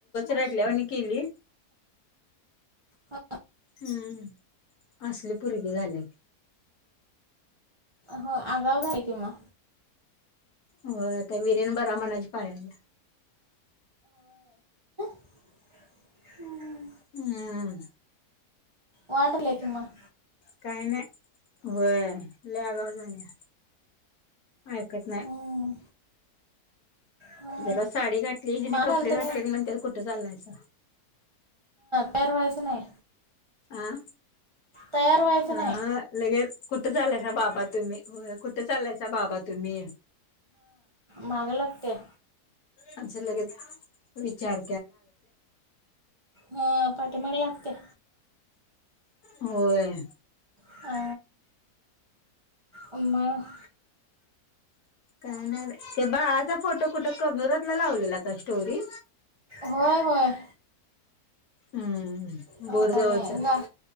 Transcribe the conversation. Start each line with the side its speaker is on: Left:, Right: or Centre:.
Left: रडल्यावाणी केली
Right: हो
Left: हम्म असले पर्गे झाल्या त
Right: हो आगावच आहे कि म
Left: हो का वरेन बरा मनाच पाळाला
Right: हम्म
Left: हम्म
Right: वानडलेख म
Left: काही नाही होय लागा झाल्या. आळकत नाही.
Right: हम्म हा
Left: जरा साडी घाठली हे आणि
Right: मला
Left: कपडे
Right: आलतं
Left: घाठले
Right: काय
Left: की म्हण कुठे चाललायचा.
Right: परवाच नाही.
Left: आह
Right: तयार व्हायचं
Left: अ
Right: नाही
Left: लगेच कुठं चालायचा बाबा तुम्ही कुठं चालायसा बाबा तुम्ही
Right: म लागते
Left: आमचं लगेच विचार.
Right: हा पाठीमग लागत्या.
Left: होय.
Right: हा, म.
Left: का नाही बाई बाळा चा फो फोटो कुट कबनूरातला लावलेला का स्टोरी.
Right: होय होय.
Left: हम्म.
Right: होय
Left: बोरजवळच,
Right: गा